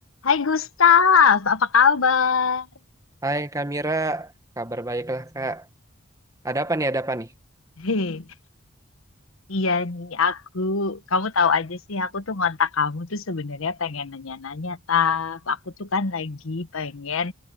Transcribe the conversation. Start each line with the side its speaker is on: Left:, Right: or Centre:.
Left: Hai Gustaf, apa kabar?
Right: Hai Kak Mira, kabar baiklah Kak. Ada apa nih, ada apa nih?
Left: Hei, iya nih aku, kamu tahu aja sih aku tuh ngontak kamu tuh sebenarnya pengen nanya-nanya Taf. Aku tuh kan lagi pengen